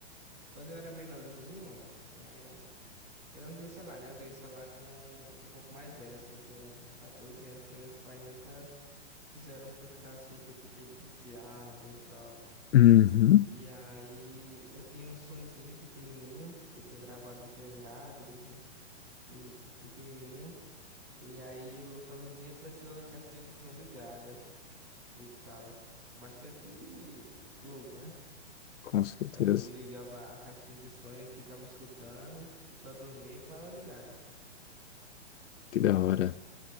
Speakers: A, on the right; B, on the left.
A: Quando eu era menorzinho, é, Eu não tinha celular, né? Eu ganhei celular com um pouco mais velho, assim, com 14 anos, que meus pais nunca quiseram que eu ficasse, tipo, que viciado e tal.
B: Uhum,
A: E aí eu tinha um sonzinho pequenininho, que eu tinha gravado um pendrive desde, desde pequenininho. E aí eu só dormia com essa caixinha de som ligada e tal. Bastante louco, né?
B: com certeza.
A: Eu ligava a caixinha de som e ficava escutando e só dormia com ela ligada.
B: Que da hora.